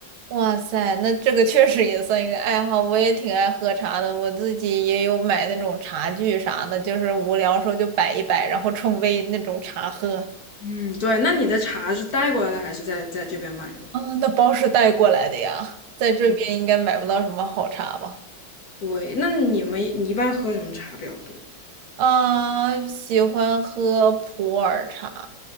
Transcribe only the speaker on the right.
哇塞，那这个确实也算一个爱好，我也挺爱喝茶的，我自己也有买那种茶具啥的，就是无聊时候就摆一摆，然后冲杯那种茶喝。
啊，那包是带过来的呀，在这边应该买不到什么好茶吧？
啊，喜欢喝普洱茶，